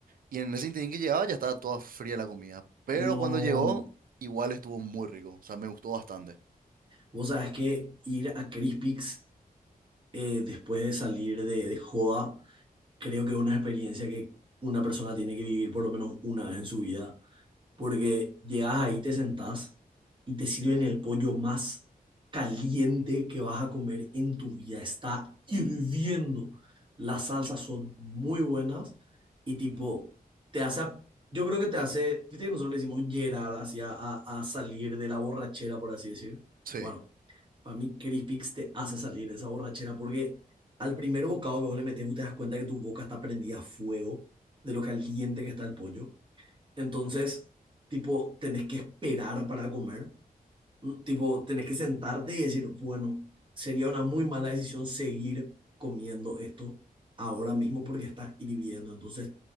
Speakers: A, on the right; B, on the right.
A: Y en ese interín que llegaba ya estaba toda fría la comida. Pero
B: No,
A: cuando llegó, igual estuvo muy rico. O sea, me gustó bastante.
B: vos sabés que ir a Crispix eh, después de salir de, de joda, creo que es una experiencia que una persona tiene que vivir por lo menos una vez en su vida porque llegas ahí, te sentás y te sirven el pollo más caliente que vas a comer en tu vida. Está hirviendo. Las salsas son muy buenas y tipo, te hace, a- yo creo que te hace, viste que nosotros le decimos llerar hacia a, a salir de la borrachera, por así decir.
A: Sí.
B: Bueno, para mí Crispix te hace salir de esa borrachera porque al primer bocado que vos le metes, vos te das cuenta que tu boca está prendida a fuego de lo caliente que está el pollo. Entonces, tipo, tenés que esperar para comer. ¿no? Tipo, tenés que sentarte y decir, bueno, sería una muy mala decisión seguir comiendo esto ahora mismo porque está hirviendo. Entonces,